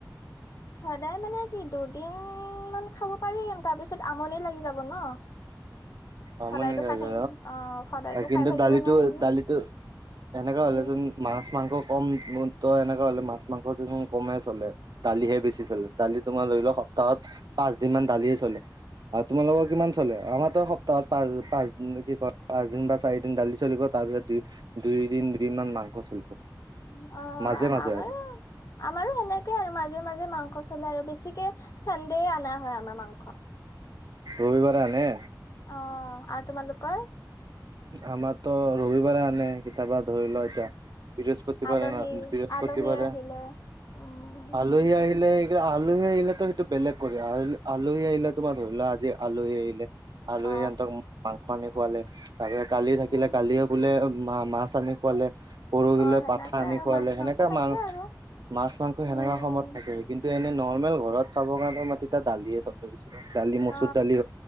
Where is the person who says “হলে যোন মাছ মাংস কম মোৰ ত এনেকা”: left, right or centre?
Right